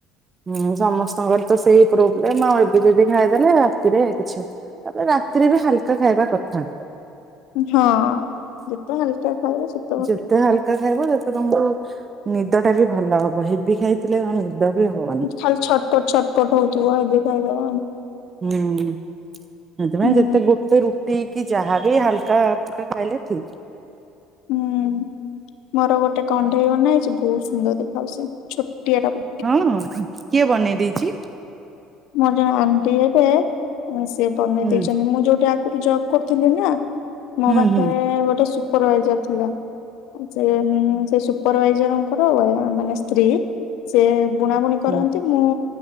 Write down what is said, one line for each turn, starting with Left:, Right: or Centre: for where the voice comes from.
Right: ହୁଁ ସମସ୍ତଙ୍କର ତ ସେଇ ପ୍ରୋବଲମ୍ ଆଉ, ଏବେ ଯଦି ଖାଇଦେଲେ ରାତିରେ କିଛି ତାପରେ ରାତିରେ ବି ହାଲକା ଖାଇବା କଥା।
Left: ହଁ ଯେତେ ହାଲକା ଖାଇବ ସେ
Right: ଯେତେ ହାଲକା ଖାଇବ ସେତେ ତମକୁ ନିଦ ଟା ବି ଭଲ ହବ। ହେବି ଖାଇଥିଲେ <unintelligible> ଦେବେ ହୋ
Left: ଖାଲି ଛଟପଟ ଛଟପଟ ହଉଥିବ ଏବେ ଖାଇବା
Right: ହୁଁ, ସେଥିପାଇଁ
Left: ହୁଁ
Right: ଯେତେ ଗୋଟେ ରୁ ଟି କି ଯାହା ବି ହାଲକା ଫଲକା ଖାଇଲେ ଠିକ।
Left: ହୁଁ ମୋର ଗୋଟେ କଣ୍ଢେଇ ବନାହେଇଚି, ବହୁତ ସୁନ୍ଦର ଦେଖାହଉଚି ସେ ଛୋଟିଆ ଟା ପୁ
Right: ହଁ, କିଏ ବନେଇ ଦେଇଛି?
Left: ମୋର ଜଣେ ଆଣ୍ଟି ଏବେ ସେ ବନେଇ
Right: ହୁଁ
Left: ଦେଇଛନ୍ତି। ମୁଁ ଯୋଉଠି ଆ ଗୁରୁ ଜବ କରୁଥିଲି ନା ମୋ
Right: ହୁଁ
Left: ପାଖରେ
Right: ହୁଁ
Left: ଗୋଟେ ସୁପରଭାଇଜର ଥିଲା। ସେ ଉଁ ସେ ସୁପରଭାଇଜରଙ୍କର ଏ ମାନେ ସ୍ତ୍ରୀ ସେ ବୁଣାବୁଣି କରନ୍ତି।
Right: ହୁଁ
Left: ମୁଁ